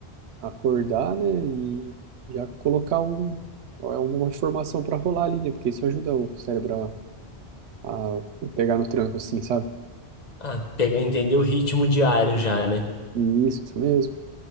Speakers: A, on the right (about 90°); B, on the left (about 40°).
A: acordar, né, e já colocar um, alguma informação para rolar ali, né? Porque isso ajuda o cérebro a a pegar no tranco assim, sabe?
B: Ah, pega, entender o ritmo diário já, né?
A: Isso, isso mesmo.